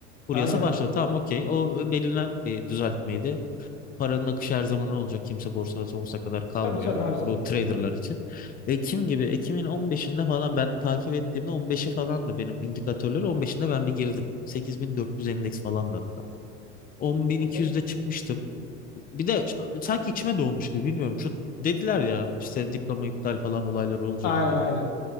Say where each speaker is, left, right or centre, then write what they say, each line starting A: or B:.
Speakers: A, on the left; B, on the left.
A: furyası
B: Aynen.
A: başladı. Tamam okey. O e, belirlenen bir düzeltmeydi. Paranın akışı her zaman olacak. Kimse borsada sonsuza kadar kalmıyor.
B: Tabii tabii her zaman.
A: Bu traderlar için. Ekim gibi Ekim'in on beşinde falan ben takip ettiğimde on beşi falan da benim indikatörleri on beşinde ben bir girdim. sekiz bin dört yüz endeks falan da hatta. 10200'de
B: Hı. hı.
A: çıkmıştım. Bir de ş- sanki içime doğmuş gibi bilmiyorum. Şu dediler ya işte diploma iptal falan olayları olacak
B: Aynen
A: diye.
B: aynen.